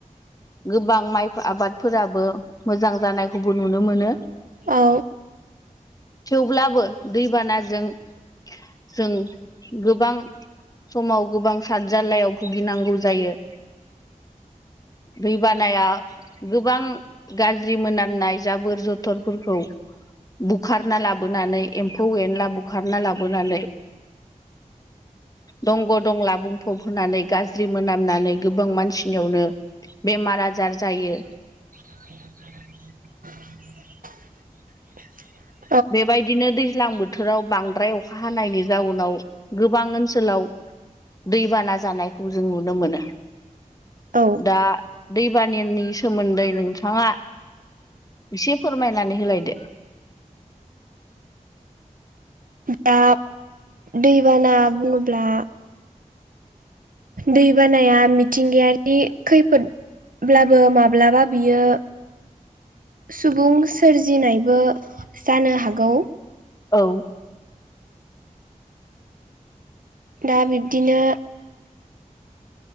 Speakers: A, on the left (about 25°); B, on the right (about 80°).
A: गोबां माइ आबादफोराबो मोजां जानायखौबो नुनो मोनो
B: औ
A: थेवब्लाबो दैबानाजों जों गोबां समाव गोबां सात जाल्लायाव भुगिनांगौ जायो। दै बानाया गोबां गाज्रि मोनामनाय जाबोर जथरफोरखौ बुखारना लाबोनानै एम्फौ एनला बुखारना लाबोनानै दंग' दंला बुं फब होनानै गाज्रि मोनामनानै गोबां मानसिनियावनो बेमार आजार जायो
B: <inaudible>
A: बेबायदिनो दैज्लां बोथोराव बांद्राय अखा हानायनि जाउनाव गोबां ओनसोलाव दैबाना जानायखौ जों नुनो मोनो।
B: औ
A: दा दैबानानि सोमोन्दै नोंथाङा एसे फोरमायनानै होलायदो
B: दा दैबाना बुङोब्ला दैबानाया मिथिंगायारि खैफोद होनब्लाबो माब्लाबा बियो सुबुं सोरजिनायबो जानो हागौ
A: औ
B: दा बिब्दिनो